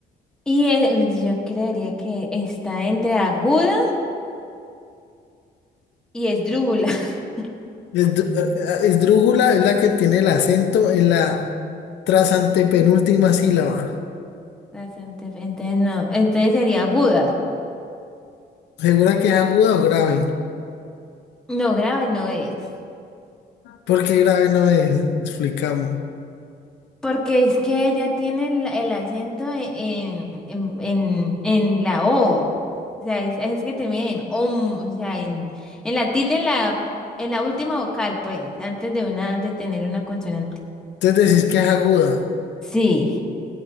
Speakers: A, in the centre; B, on the left.
A: Y eh, yo creería que está entre aguda y esdrújula. <laughs>
B: esdrú- eh, eh, esdrújula es la que tiene el acento en la tras antepenúltima sílaba.
A: Bastante, entonces no, entonces sería aguda.
B: ¿Segura que es aguda o grave?
A: No, grave no es.
B: Porque grave no es? Explícame.
A: Porque es que ella tiene el, el acento e- en, en, en, en la O. O sea, es, es que termina en om, o sea, en, en la tilde en la, en la última vocal, pues, antes de una, de tener una consonante.
B: Entonces decís que es aguda.
A: Sí.